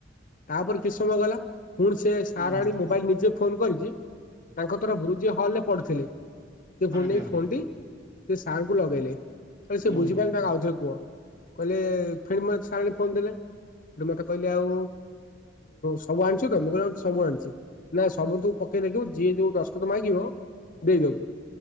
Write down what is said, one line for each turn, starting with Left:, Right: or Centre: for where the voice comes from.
Left: ତାପରେ କିଛି ସମୟ ଗଲା ପୁଣି ସେ ସାର
Right: ହୁଁ
Left: ଆଣି ମୋବାଇଲ ନିଜେ ଫୋନ କରିକି। ତାଙ୍କ ତରଫରୁ ଯିଏ ହଲ ରେ ପଢୁଥିଲେ ସେ ଫୁଣି
Right: ଆଜ୍ଞା
Left: ନେଇକି ଫୋନ ଟି ସେ ସାଙ୍ଗ? ଲଗେଇଲେ
Right: ହୁଁ
Left: ସେ ବୁଝିପାରିଲେ ତାକୁ ଆଉଥରେ କୁହ କହିଲେ ଫେର୍ ମତେ ସାର ଆଣି ଫୋନ ଦେଲେ। ମତେ କହିଲେ ଆଉ ସବୁ ଆଣିଛୁ ତ ମୁଁ କହିଲି ହଁ ସବୁ ଆଣିଛି। ନା ସବୁ ତୁ ପକେଇ ଦେଖିବୁ ଯିଏ ଯୋଉ ଦଶଖତ ମାଗିବ ଦେଇଦବୁ